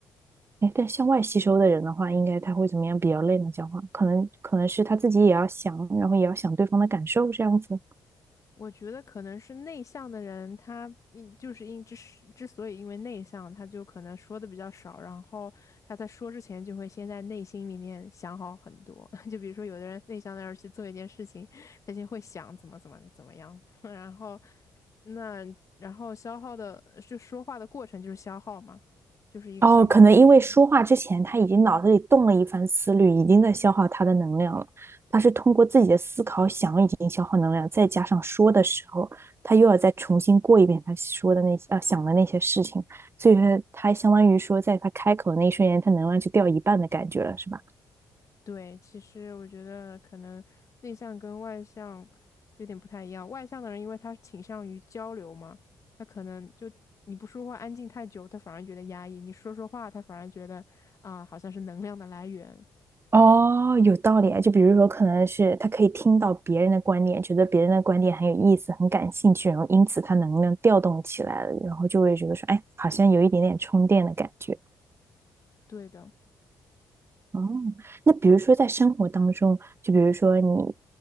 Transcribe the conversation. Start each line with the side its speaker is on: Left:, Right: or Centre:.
Right: 哎，但向外吸收的人的话，应该他会怎么样比较累呢？讲话可能可能是他自己也要想，然后也要想对方的感受这样子。
Left: 我觉得可能是内向的人，他因就是因之是之所以因为内向，他就可能说的比较少，然后他在说之前就会先在内心里面想好很多。<laughs> 就比如说有的人内向的人去做一件事情，他先会想怎么怎么怎么样，<laughs> 然后那然后消耗的就说话的过程就是消耗嘛，就是一个消耗的过程。
Right: 哦，可能因为说话之前他已经脑子里动了一番思虑，已经在消耗他的能量了。他是通过自己的思考想已经消耗能量，再加上说的时候，他又要再重新过一遍他说的那些呃想的那些事情，所以说他相当于说，在他开口那一瞬间，他能量就掉一半的感觉了，是吧？
Left: 对，其实我觉得可能内向跟外向有点不太一样。外向的人，因为他倾向于交流嘛，他可能就你不说话安静太久，他反而觉得压抑；你说说话，他反而觉得啊，好像是能量的来源。
Right: 哦，有道理啊。就比如说，可能是他可以听到别人的观点，觉得别人的观点很有意思、很感兴趣，然后因此他能量调动起来了，然后就会觉得说，哎，好像有一点点充电的感觉。
Left: 对的，
Right: 哦，那比如说在生活当中，就比如说你，